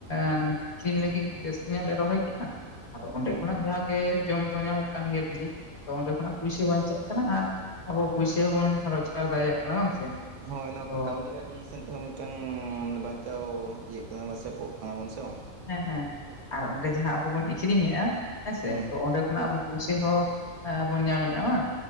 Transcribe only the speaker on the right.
ᱦᱩᱸ
ᱦᱳᱭ
<inaudible> ᱠᱟᱹᱣᱰᱤ ᱟᱹᱨᱤ ᱮᱱ ᱛᱮᱦᱚᱸ ᱢᱤᱫᱴᱟᱝ ᱵᱟᱧᱪᱟᱣ ᱤᱭᱟᱹᱜ ᱠᱟᱱᱟ ᱥᱮᱯᱚᱜ ᱠᱟᱱᱟ ᱵᱚᱱ ᱥᱮ ᱵᱟᱝ?
ᱦᱩᱸ
ᱦᱩᱸ